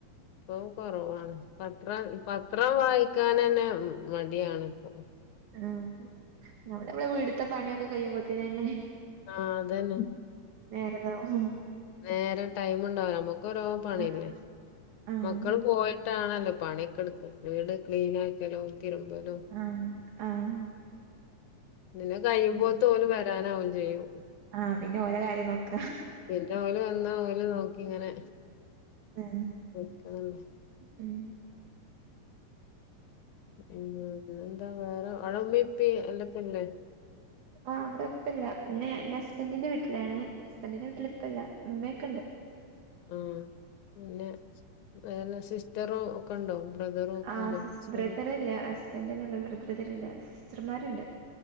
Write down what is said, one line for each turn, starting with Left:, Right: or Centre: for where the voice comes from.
Left: ഇപ്പൊ കുറവാണ് പത്രം പത്രം വായിക്കാനെന്നെ മടിയാണ് പ്പൊ
Right: ഉം ഞമ്മളെ വീട്ട്ത്തെ പണിയൊക്കെ കഴിയുമ്പോക്കിനന്നെ
Left: ആഹ് അതന്നെ
Right: നേരതാവും
Left: നേരെ ടൈമ ഉണ്ടാവില്ല നമ്മുക്ക ഓരോ പണില്ലേ
Right: ആഹ് ആഹ്
Left: മക്കള് പോയി ഇങ്ങട്ടാണല്ലോ പണിയൊക്കെ എടുത്ത് വീട് ക്ലീൻ ആക്കലോ തിരുമ്പലോ
Right: ആഹ് ആഹ്
Left: പിന്നെ കഴിയുമ്പോതോല്
Right: ഉം
Left: വരാനാവും ചെയ്യും
Right: ആഹ് പിന്നെ ഓലെ കാര്യം നോക്ക
Left: പിന്നെ ഓല് വന്നാ ഓല് നോക്കി ഇങ്ങനെ
Right: ആഹ
Left: നിക്കണല്ലോ
Right: ഉം
Left: ഉം എന്താ വേറെ അട ഉമി ഉപ ഓലക്കലെ
Right: ആഹ് അവിടെ ഇപ്പ ഇല്ല പിന്നെ എൻ്റെ ഹസ്ബൻറിന്റെ വീട്ടിലാണ് ഹസ്ബൻറിന്റെ വീട്ടിലിപ്പില്ല ഉമ്മയൊക്കെ ഉണ്ട്
Left: ആഹ് പിന്നെ വേറെ സിസ്റ്ററും ഒക്കെ ഉണ്ടോ ബ്രദറും ഒക്കെ
Right: ആഹ്
Left: ഉണ്ടോ ഹസ്ബൻഡ്
Right: ബ്രദറില്ല ഹസ്ബൻഡ് തന്നെ ഉള്ള ബ്രദറല്ല സിസ്റ്റർമാരുണ്ട്